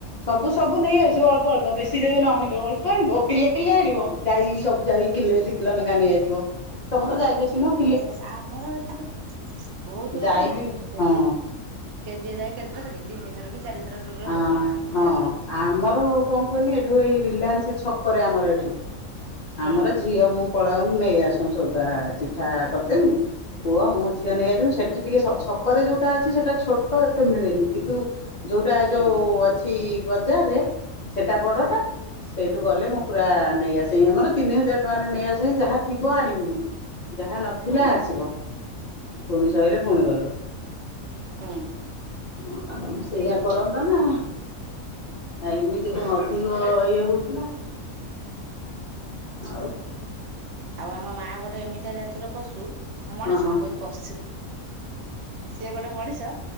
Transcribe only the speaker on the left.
ସବୁ ସବୁ ନେଇ ଆସିବ ଅଳ୍ପ ଅଳ୍ପ, ବେଶୀ ଯଦି ନ ଆଣିବେ ଅଳ୍ପ ଆଣିବ କିଲେ କିଲେ ଆଣିବ
ଯାଇ ସବୁ ଯାଇ କିଲେ ଦି କିଲୋ ଲେଖା ନେଇଆସିବ, ତମ ତ ଯାଇବେସି ନୁହ
ଯାଇ
ବି
ହଁ।
ଆ
ହଁ
ଆମର ଅ କଣ କହିଲି ଏଠୁ ଏଇ ରିଲାଏନ୍ସ ଛକରେ ଆମର ଏଠି,
ଆମର ଝିଅ ମୁଁ ପଳାଉ ନେଇ ଆସୁ ସଉଦା ଚିଠା କରିଦେମି ପୁଅ ମୁଁ ଝିଅ
ନେଇଯସିବୁ, ସେଠି ଟିକେ ଛକରେ ଯୋଉଟା ଅଛି ସେଟା ଛୋଟ ଏତେ ମିଳେନି କିନ୍ତୁ ଯୋଉଟା
ଯେଉଁ ଅଛି ବଜାରରେ ସେଇଟା ବଡ଼ଟା ସେଇଠୁ ଗଲେ ମୁଁ ପୁରା ନେଇଆସେ ଆମର ତିନି ହଜାର ଟଙ୍କାରେ ନେଇ ଆସେ, ଯାହା ଥିବ ଆଣିବୁନୁ। ଯାହା ନଥିଲା
ଆସିବ ପୁଣି ସରିଲେ ପୁଣି ଗଲୁ।
ହଁ ତମେ ସେଇଆ କରନ୍ତା ନା। ଆ ଇମିତି ଅଧିକ ଇଏ ହଉଚି ନା। ଆଉ
ହଁ